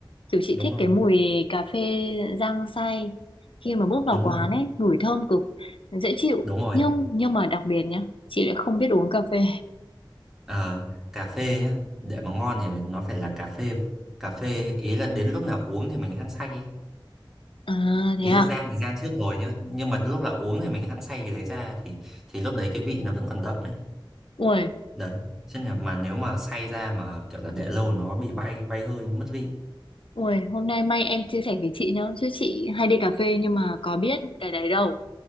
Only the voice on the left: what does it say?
Kiểu chị
thích
cái mùi cà phê rang xay. Khi mà bước vào
quán
ấy, ngửi thơm cực, dễ chịu.
Nhưng nhưng mà đặc biệt nhá, chị lại không biết uống cà phê.
À thế
à?
Ui,
Ui, hôm nay may em chia sẻ với chị nhá, chứ chị hay đi cà phê nhưng mà có biết cái đấy đâu.